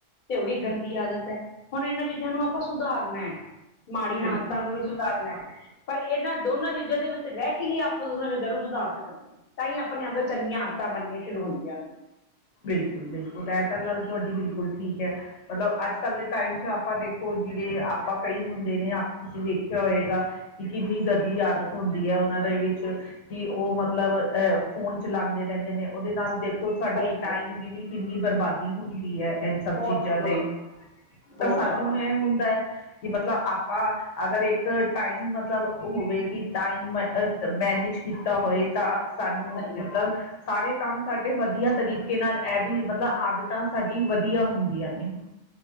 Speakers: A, on the left; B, on the left.
A: ਤੇ ਉਹ ਵੀ
B: ਬਿਲਕੁਲ
A: ਗੰਦੀ ਆਦਤ ਹੈ। ਹੁਣ ਇਹਨਾਂ ਚੀਜ਼ਾਂ ਨੂੰ ਆਪਾਂ ਸੁਧਾਰਨਾ ਹੈ। ਮਾੜੀਆਂ
B: ਬਿਲਕੁਲ
A: ਆਦਤਾਂ ਨੂੰ ਵੀ ਸੁਧਾਰਨਾ ਪਰ ਇਹਨਾਂ ਦੋਨਾਂ ਚੀਜ਼ਾਂ ਦੇ ਵਿੱਚ ਰਹਿ ਕੇ ਹੀ ਆਪਾਂ ਦੂਨਾਂ ਚੀਜ਼ਾਂ ਨੂੰ ਸੁਧਾਰ ਸਕਦੇ, ਹਾਂ ਤਾਂ ਹੀ ਆਪਣੇ ਅੰਦਰ ਚੰਗੀਆਂ ਤਾਂ ਬਣਨੀਆਂ ਸ਼ੁਰੂ ਹੁੰਦੀਆਂ ਨੇ,
B: ਬਿਲਕੁਲ ਬਿਲਕੁਲ ਇਹ ਤਾਂ ਗੱਲ ਤੁਹਾਡੀ ਬਿਲਕੁਲ ਠੀਕ ਹੈ ਮਤਲਬ ਅੱਜ ਕੱਲ ਦੇ ਟਾਈਮ ਚ ਆਪਾਂ ਦੇਖੋ ਜਿਵੇਂ ਆਪਾਂ ਕਈ ਹੁੰਦੇ, ਦੇ ਨੇ ਆਪ ਤੁਸੀਂ ਵੇਖਿਆ ਹੋਏਗਾਕਿ ਕਿੰਨੀ ਗੰਦੀ ਆਦਤ ਹੁੰਦੀ ਹੈ। ਉਹਨਾਂ ਦੇ ਵਿੱਚ, ਕਿ ਉਹ ਮਤਲਬ ਅਹ ਫੋਨ ਚਲਾਉਂਦੇ ਰਹਿੰਦੇ ਨੇ ਉਹਦੇ ਨਾਲ ਦੇਖ, ਸਾਡੀ
A: ਸਹੀ ਗੱਲ
B: ਟਾਈਮ
A: ਹੈ
B: ਦੀ ਵੀ ਕਿੰਨੀ ਬਰਬਾਦੀ ਹੁੰਦੀ ਹੈ ਇਨ੍ਹਾਂ ਸਭ
A: ਬਹੁਤ
B: ਚੀਜ਼ਾਂ
A: ਬਹੁਤ
B: ਲਈ
A: ਬਹੁਤ
B: ਤਾਂ, ਸਾਨੂੰ
A: ਜ਼ਿਆਦਾ
B: ਇਹ ਹੁੰਦਾ ਹੈ ਕਿ ਮਤਲਬ ਆਪਾਂ, ਅਗਰ ਇੱਕ ਟਾਈਮ ਮਤਲਬ ਹੋਵੇ, ਕਿ ਟਾਈਮ ਮ ਮੈਨੇਜ ਕੀਤਾ ਹੋਏ, ਤਾਂ ਸਾਨੂੰ
A: ਸਹੀ ਗੱਲ
B: ਮਤਲਬ,, ਸਾਰੇ ਕੰਮ ਸਾਡੇ ਵਧੀਆ ਤਰੀਕੇ ਨਾਲ ਇਹ ਵੀ ਮਤਲਬ ਆਦਤਾਂ ਸਾਡੀ ਵਧੀਆ ਹੁੰਦੀਆਂ ਨੇ,